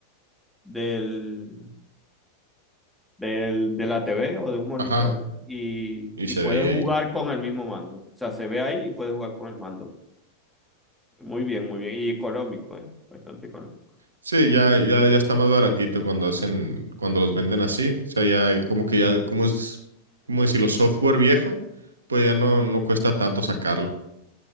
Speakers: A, in the centre; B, on the right.
A: del, del- de la TV o de un monitor
B: ajá,
A: y,
B: y
A: y
B: se
A: puedes
B: veía
A: jugar
B: ahí.
A: con el mismo mando. O sea, se ve ahí y puedes jugar con el mando. Muy bien, muy bien. Y económico, ¿eh? Bastante económico.
B: Sí, ya, ya, ya está más baratito cuando hacen, cuando los venden así. O sea, ya como que ya, como es, como decirlo, software viejo, pues ya no, no cuesta tanto sacarlo.